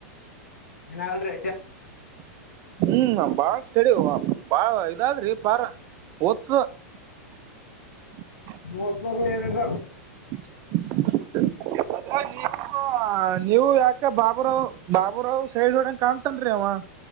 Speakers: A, on the left; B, on the right.
A: ಏನಗಲ್ರಿ
B: <inaudible> ಹ್ಮ್ ನ ಬಾಳ ಸ್ಟೆಡಿ ಬಾಳ <unintelligible> ಅದ್ರಿ ಪರ ಒತ್ತು <inaudible>
A: <unintelligible> ಹದ್ತಾರ ಏನರ
B: <unintelligible> ಎತ್ರ ನೀ <unintelligible> ನೀವು ಯಾಕ ಬಾಬುರಾವ್ ಬಾಬೂರಾವ್ ಸೈಡ್ ಹೊಡಂಗ ಕಾಣ್ತನ್ರಿ ಅವ ಹ